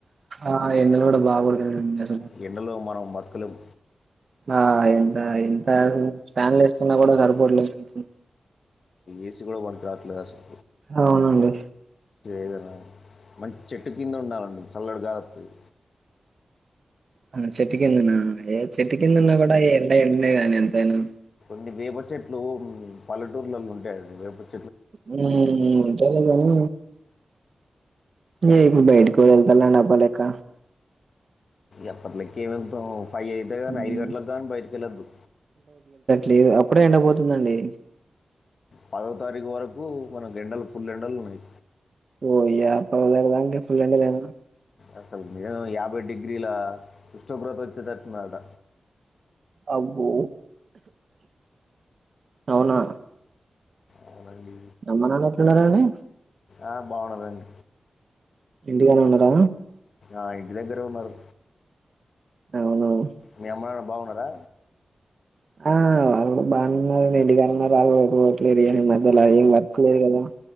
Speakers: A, on the right; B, on the left.
A: ఆ ఎండలు కూడా బాగుతున్
B: ఈ ఎండలో మనం బత్ కలేం
A: ఆ ఎంత ఎంత ఫ్యాన్లు ఎస్కున్న కూడా సరిపోవట్లేదు
B: ఏసి కూడా పనికిరావట్లేదసలు
A: అవునండి
B: ఏదైనా మంచి చెట్టు కింద ఉండాలండి చల్లటి గాలోత్తది
A: ఆ చెట్టు కిందన ఏ చెట్టు కిందున్నా కూడా ఈ ఎండ ఎండేగా ఎంతైనా
B: అ వేప చెట్లు పల్లెటూర్లలో ఉంటాయండి వేప చె
A: మ్మ్ మ్మ్ ఉంటాదిలే గానీ మేం బయటకు ఏళ్తలండి అప్పటిలెక్క
B: అప్పట్లక్క ఏమెళ్తావు ఫైవ్ అయితే గాని
A: హ్మ్.
B: ఐదు గంటలదాక బయటికెల్లను
A: లేదు అప్పుడే ఎండపోతుందండి
B: పదో తారీఖు వరకు మనకు ఎండలు ఫుల్ ఎండలు ఉన్నాయి
A: ఓ యా పదో తారీఖు వరకు మీకు ఫుల్ ఎండలేనా
B: అసలు మేం యాభై డిగ్రీల ఉష్ణోగ్రత వచ్చేటట్టు ఉందట
A: అబ్బో అవునా
B: అవునండి
A: అమ్మ నాన్న ఎట్లున్నరండి
B: ఆ బాగున్నారండి
A: ఇంటికాడ ఉన్నారా
B: ఆ ఇంటి దగ్గరే ఉన్నారు
A: అవునువు
B: మీ అమ్మ నాన్న బాగున్నారా
A: ఆ వాళ్ళు కూడా బాగుంన్నారు ఎడిగాన్నారులేదు మధ్యలో ఏం వర్క్ లేదు కదా